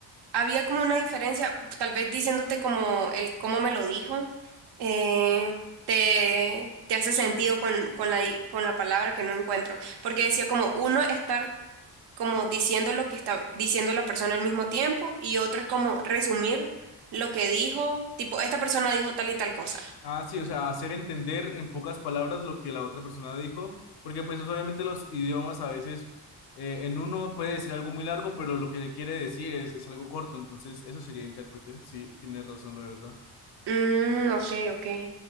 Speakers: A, on the right (about 75°); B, on the left (about 70°).
A: había como una diferencia, tal vez diciéndote como el cómo me lo dijo, eh, te, te hace sentido con, con la, con la palabra que no encuentro, porque decía como uno estar como diciendo lo que está diciendo la persona al mismo tiempo y otro es como resumir lo que dijo, tipo, esta persona dijo tal y tal cosa.
B: Ah, sí, o sea, hacer entender en pocas palabras lo que la otra persona dijo, porque pues obviamente los idiomas a veces eh, en uno puede decir algo muy largo, pero lo que le quiere decir es, es algo corto, entonces eso sería intérprete, sí, tienes razón, la verdad.
A: Mm, ok, ok.